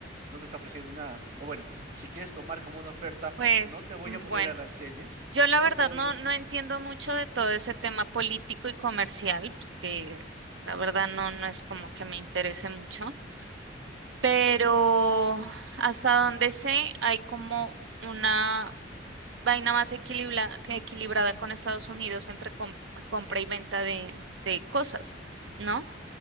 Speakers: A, on the right; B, on the right.
A: no te está ofreciendo nada. O bueno, si quieres tomar como una oferta,
B: Pues
A: no te voy
B: mm,
A: a poner
B: bueno,
A: aranceles,
B: yo la
A: no
B: verdad
A: te voy
B: no,
A: a...
B: no entiendo mucho de todo ese tema político y comercial, porque pues, la verdad no, no es como que me interese mucho, pero hasta donde sé hay como... una vaina más equilibra- que equilibrada con Estados Unidos entre com- compra y venta de, de cosas, ¿no?